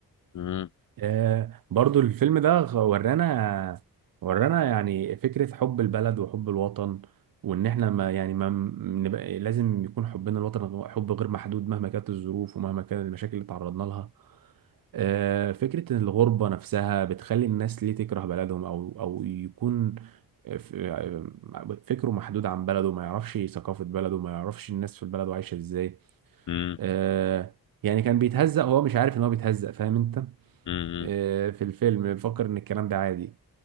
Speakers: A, on the left; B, on the right.
A: مم.
B: آه، برضو الفيلم ده غ- ورانا ورانا يعني فكرة حب البلد وحب الوطن وإن إحنا ما يعني ما م- نبقى لازم يكون حبنا للوطن غ- حب غير محدود مهما كانت الظروف ومهما كانت المشاكل اللي تعرضنا لها آه، فكرة إن الغربة نفسها بتخلي الناس ليه تكره بلدهم أو أو يكون ف- آه، فكره محدود عن بلده ما يعرفش ثقافة بلده ما يعرفش الناس في بلده عايشة إزاي
A: مم.
B: آه، يعني كان بيتهزق هو مش عارف إن هو بيتهزق فاهم أنت
A: مم.
B: آه، في الفيلم بفكر ان الكلام ده عادي